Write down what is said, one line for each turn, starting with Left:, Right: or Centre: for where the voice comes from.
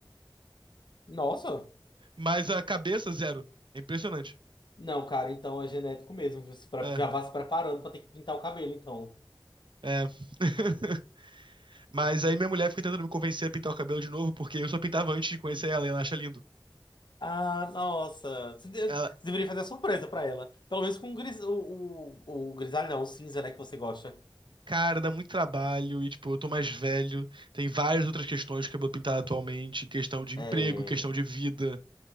Left: Nossa.
Right: mas a cabeça zero. É impressionante.
Left: Não, cara, então é genético mesmo. Você pra-
Right: É,
Left: já vá se preparando pra ter que pintar o cabelo, então.
Right: é. <laughs> Mas aí minha mulher fica tentando me convencer a pintar o cabelo de novo, porque eu só pintava antes de conhecer ela e ela acha lindo.
Left: Ah, nossa. Você de-
Right: Ela,
Left: deveria fazer a surpresa pra ela. Pelo menos com o, gris... o, o, o grisalho, não, o cinza, né, que você gosta.
Right: cara, dá muito trabalho e, tipo, eu tô mais velho. Tem várias outras questões de cabelo pintado atualmente, questão de
Left: É.
Right: emprego, questão de vida.